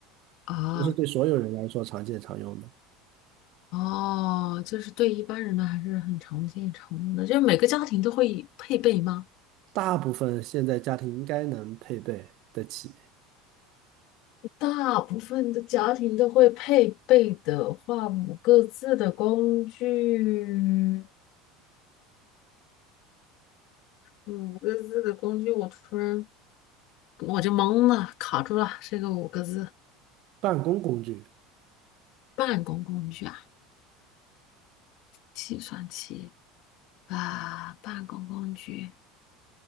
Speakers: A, on the left; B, on the right.
A: 啊，
B: 不是对所有人来说常见常用的。
A: 哦，就是对一般人呢还是很常见常用的，就是每个家庭都会配备吗？
B: 大部分现在家庭应该能配备得起
A: 大部分的家庭都会配备的话，五个字的工具，五个字的工具，我突然我就懵了，卡住了。这个五个字，
B: 办公工具。
A: 办公工具啊，计算器啊，办公工具，